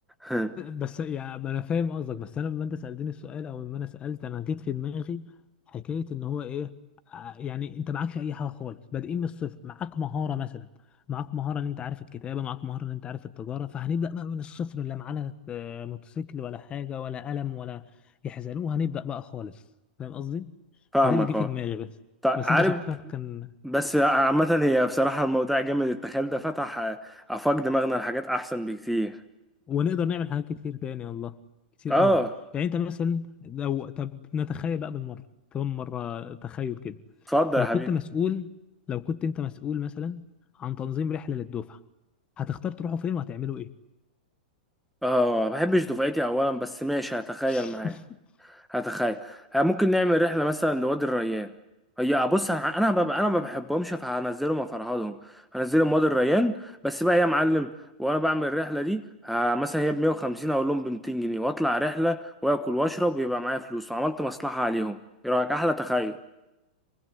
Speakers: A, in the centre; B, on the left.
A: <laughs>
B: بس يا ما انا فاهم قصدك بس انا لما انت سالتني السؤال او لما انا سالت انا جيت في دماغي حكايه ان هو ايه ع- يعني انت معكش اي حاجه خالص بادئين من الصفر معاك مهاره مثلا معاك مهاره ان انت عارف الكتابه معاك مهاره ان انت عارف التجاره فهنبدا بقى من الصفر لا معانا آه، موتوسيكل ولا حاجه ولا قلم ولا يحزنوه هنبدا بقى خالص فاهم قصدي
A: فاهمك
B: فدي اللي جه في
A: اه
B: دماغي بس
A: طيب
B: بس
A: عارف
B: انت شكلك كان
A: بس عامة هي بصراحة الموضوع جامد التخيل ده فتح آه، آفاق دماغنا لحاجات أحسن بكتير
B: ونقدر نعمل حاجات كتير تاني والله كتير
A: اه
B: قوي يعني انت مثلا لو طب نتخيل بقى بالمره كمان مره تخيل كده
A: اتفضل
B: لو
A: يا حبيبي
B: كنت مسؤول لو كنت انت مسؤول مثلا عن تنظيم رحله للدفعه هتختار تروحوا فين وهتعملوا ايه
A: اه ما بحبش دفعتي أولا بس ماشي هتخيل
B: <laughs>
A: معايا هتخيل ها، ممكن نعمل رحلة مثلا لوادي الريان هي بص انا انا ب- انا ما بحبهمش فهنزلهم وافرهدهم هنزلهم وادي الريان بس بقى يا معلم وانا بعمل الرحلة دي ها، مثلا هي ب 150 اقول لهم ب 200 جنيه واطلع رحلة واكل واشرب ويبقى معايا فلوس وعملت مصلحة عليهم ايه رأيك احلى تخيل